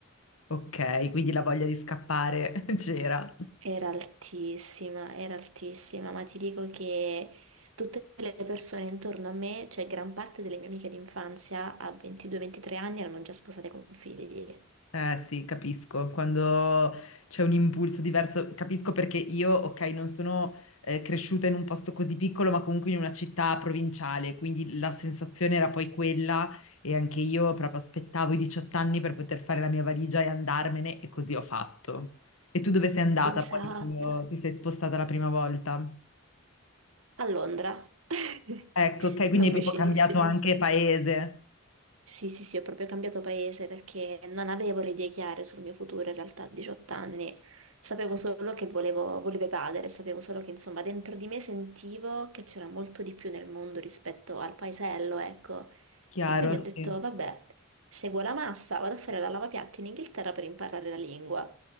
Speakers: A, on the left; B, on the right.
A: Ok, quindi la voglia di scappare <laughs> c'era.
B: Era altissima, era altissima, ma ti dico che tutte le persone intorno a me, cioè gran parte delle mie amiche d'infanzia a 22-23 anni erano già sposate con figli.
A: Eh sì, capisco, quando c'è un impulso diverso, capisco perché io, ok, non sono eh, cresciuta in un posto così piccolo, ma comunque in una città provinciale, quindi la sensazione era poi quella e anche io proprio aspettavo i 18 anni per poter fare la mia valigia e andarmene e così ho fatto. E tu dove sei andata
B: Esatto.
A: poi quando ti sei spostata la prima volta?
B: A Londra. <laughs>
A: Ecco, ok, quindi
B: Non
A: hai proprio
B: vicinissimi,
A: cambiato anche
B: insomma.
A: paese,
B: Sì, sì, sì, ho proprio cambiato paese perché non avevo le idee chiare sul mio futuro in realtà a 18 anni. Sapevo solo che volevo, volevo evadere, sapevo solo che insomma dentro di me sentivo che c'era molto di più nel mondo rispetto al paesello, ecco.
A: chiaro,
B: E quindi ho detto,
A: sì.
B: vabbè, seguo la massa, vado a fare la lavapiatti in Inghilterra per imparare la lingua.